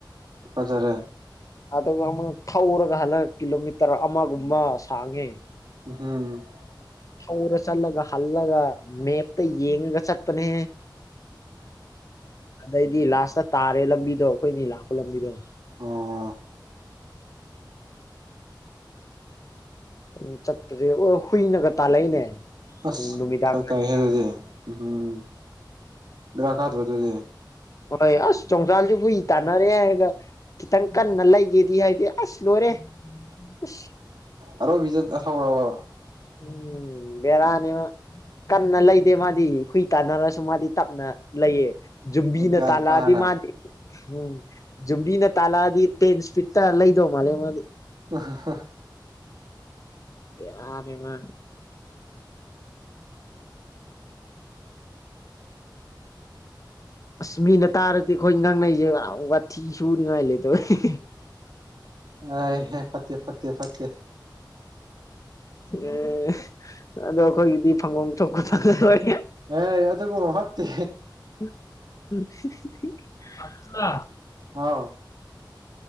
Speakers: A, on the right; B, on the left.
A: ꯐꯖꯔꯦ
B: ꯑꯗꯨꯒ ꯑꯃꯨꯛ ꯊꯧꯔꯒ ꯍꯜꯂ ꯀꯤꯂꯣꯃꯤꯇꯔ ꯑꯃꯒꯨꯝꯕ ꯁꯥꯡꯉꯦ
A: ꯍꯝ
B: ꯊꯧꯔ ꯆꯠꯂꯒ ꯍꯜꯂꯒ ꯃꯦꯞꯇ ꯌꯦꯡꯉꯒ ꯆꯠꯄꯅꯦ ꯑꯗꯩꯗꯤ ꯂꯥꯁꯇ ꯇꯥꯔꯦ ꯂ ꯄꯤꯗꯣ ꯑꯩꯈꯣꯏꯅꯤ ꯂꯥꯛꯄ ꯂꯝꯕꯤꯗꯣ
A: ꯑꯣ
B: ꯑꯝ ꯆꯠꯄꯁꯦ ꯑꯣ ꯍꯨꯏꯅꯒ ꯇꯥꯜꯂꯛꯏꯅꯦ
A: ꯑꯁ
B: ꯅꯨꯃꯤꯗꯥꯡ
A: ꯐꯔꯥꯛ
B: ꯋꯥꯏꯔꯝꯗꯒ
A: ꯇꯥꯏꯍꯦ ꯑꯗꯨꯗꯦ ꯎꯍꯣꯍꯨꯝ ꯕꯦꯔꯛꯑꯗꯔꯥ ꯑꯗꯨꯗꯦ
B: ꯍꯣꯏ ꯑꯁ ꯆꯣꯡꯆꯜꯁꯨ ꯍꯨꯏ ꯇꯥꯟꯅꯔꯦ ꯍꯥꯏꯔꯒ ꯈꯤꯇꯪ ꯀꯟꯅ ꯂꯩꯒꯦꯗꯤ ꯍꯥꯏꯗꯤ ꯑꯁ ꯂꯣꯏꯔꯦ ꯑꯁ
A: <inaudible> ꯑꯣꯔꯣꯕꯦꯖꯦꯇꯥ ꯍꯧꯔꯕꯕꯥ
B: ꯎꯝ ꯕꯦꯔꯥꯅꯤꯃꯥ ꯀꯟꯅ ꯂꯩꯗꯦ ꯃꯥꯗꯤ ꯍꯨꯏ ꯇꯥꯟꯅꯔꯁꯨ ꯃꯥꯗꯤ ꯇꯞꯅ ꯂꯩꯌꯦ ꯌꯨꯝꯕꯤꯅ
A: ꯒ꯭ꯌꯥꯟ
B: ꯇꯥꯂꯛꯑꯗꯤ
A: ꯇꯥꯅ
B: ꯃꯥꯅꯦ ꯎꯝ ꯖꯨꯝꯕꯤꯅ ꯇꯥꯜꯂꯛꯑꯗꯤ ꯇꯦꯟ ꯏꯁꯄꯤꯠꯇ ꯂꯩꯗꯧ ꯃꯥꯜꯂꯦ ꯃꯥꯗꯤ
A: ꯑꯍꯥ ꯍꯥ
B: ꯕꯥꯔꯦꯅꯤꯃꯥ ꯑꯁ ꯃꯤꯅ ꯇꯥꯔꯗꯤ ꯑꯩꯈꯣꯏ ꯉꯪꯅꯩꯁꯦ ꯋꯥꯊꯤ ꯁꯨꯅꯤꯉꯥꯏ ꯂꯩꯇꯧꯕꯩ
A: ꯑꯦ ꯍꯦ ꯐꯠꯇꯦ ꯐꯠꯇꯦ ꯐꯠꯇꯦ
B: ꯑꯦ ꯑꯗꯣ ꯑꯩꯈꯣꯏꯒꯤꯗꯤ ꯐꯪꯒꯣꯝ ꯊꯣꯛꯄ ꯂꯣꯏ
A: ꯑ ꯑꯗꯨꯕꯨ ꯍꯠꯇꯦ
B: <unintelligible>
A: ꯑꯣ